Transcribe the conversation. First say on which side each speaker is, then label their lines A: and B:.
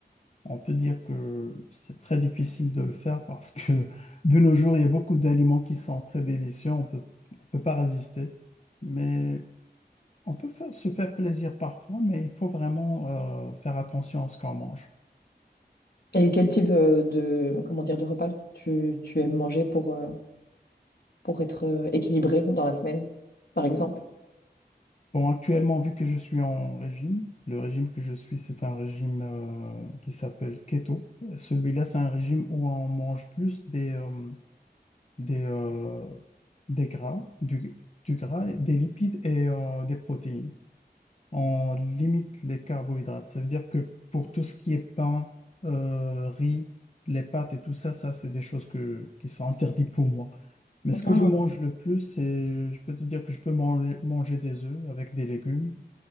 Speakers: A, on the left (about 40°); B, on the left (about 65°).
A: On peut dire que c'est très difficile de le faire parce que <laughs> de nos jours, il y a beaucoup d'aliments qui sont très délicieux, on peut, on peut pas résister. Mais on peut faire, se faire plaisir parfois, mais il faut vraiment euh, faire attention à ce qu'on mange.
B: Et quel type euh, de, comment dire, de repas tu, tu aimes manger pour, euh, pour être euh, équilibré dans la semaine, par exemple?
A: Bon, actuellement, vu que je suis en régime, le régime que je suis, c'est un régime euh, qui s'appelle keto. Celui-là, c'est un régime où on mange plus des, euh, des, euh, des gras, du, du gras, des lipides et euh, des protéines. on limite les carbohydrates. Ça veut dire que pour tout ce qui est pain, euh, riz, les pâtes et tout ça, ça, c'est des choses que, qui sont interdites pour moi. Mais ce que
B: Ah,
A: je mange le plus, c'est, je peux te dire que je peux manger, manger des œufs avec des légumes,